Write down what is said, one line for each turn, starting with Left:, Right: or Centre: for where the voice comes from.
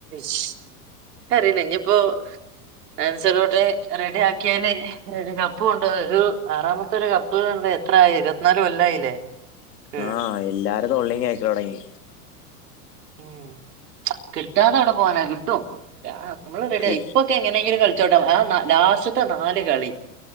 Right: ശ് ക്ക് അറീല ഞ്ഞിപ്പോ അനസറിട്ട് റെഡി ആക്കിയല് ഒരു കപ്പ് കൊണ്ട ഒരു ആറാമത്തെ ഒരു കപ്പ് പ്പ് കണ്ട് എത്ര ആയി ഇരുപത്തിനാല് കൊല്ലായില്ലേ ഉം
Left: ആ എല്ലാരെ തൊള്ളേം കേക്കലൊട്ങ്ങി
Right: ഉം കിട്ടാതെ എവ്ടെ പോവാനാ കിട്ടും ആ മ്മള് റെഡിആയി
Left: കി
Right: പ്പൊ ഇപ്പൊ എങ്ങനെങ്കിലും കളിച്ചോട്ടോ ആ ലാസ്റ്റ്ത്തെ നാല് കളി